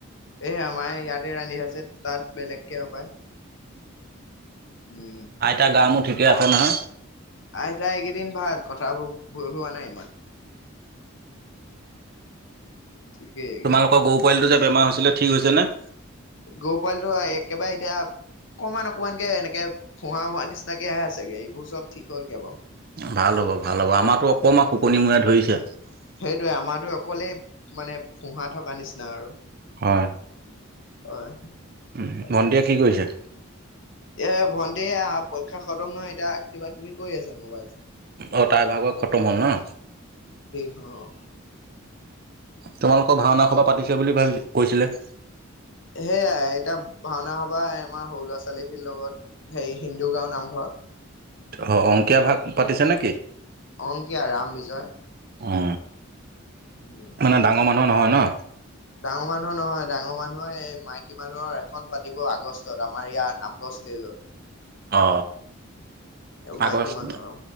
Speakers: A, on the left; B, on the right.
A: এয়া আমাৰ ইয়াতে ৰান্ধি আছে তাঁত বেলেগকে হপায় উম
B: আইতা গা মো ঠিকে আছে নহয়?
A: আইতাই এইকেইদিন ভাল কথাবোৰ ভুল হোৱা নাই ইমান ঠিকেই এইকেইদিন
B: তোমালোকৰ গৰু পোৱালিটো যে বেমাৰ হৈছিলে ঠিক হৈছে নে?
A: গৰু পোৱালটো একেবাৰে এতিয়া। অকমান অকমান এনেকে ফোহা হোৱা নিচিনাকাহে আছেগে এইবোৰ চব ঠিক হলগে বাৰু।
B: ভাল হ'ব ভাল হ'ব আমাৰতো অকণমান শুকনি মূৰে ধৰিছে।
A: সেইটোৱে আমাৰো অকলেই মানে ফোঁহা থকা নিচিনা আৰু।
B: হয়।
A: হয়।
B: উম
A: তাকে
B: ভণ্টিয়ে কি কৰিছে?
A: এ ভণ্টি পৰীক্ষা খতম নহয় এতিয়া কিবা কিবি কৰি আছে মোবাইল চাই।
B: অ তাৰ ভাগৰ খটম হ'ল ন।
A: অহ।
B: তোমালোকৰ ভাওনা সভা পাতিছে বুলি ভাবি কৈছিলে।
A: সেয়াই এতিয়া ভাওনা সবা আমাৰ সৰু ল'ৰা ছোৱালীখিৰ লগত হেৰি হিন্দু গাওঁ নামঘৰ।
B: অ অংকীয়া ভাগ পাতিছে নেকি?
A: অংকীয়া ৰাম বিজয়।
B: অ
A: উম
B: মানে ডাঙৰ মানুহ নহয় নহ
A: ডাঙৰ মানুহৰ নহয় ডাঙৰ মানুহে এই মাইকী মানুহৰ এখন পাতিব আগষ্টত আমাৰ ইয়াৰ নামঘস্থিত। <unintelligible>
B: অ
A: মাইকী
B: আগষ্ট
A: মানুহৰ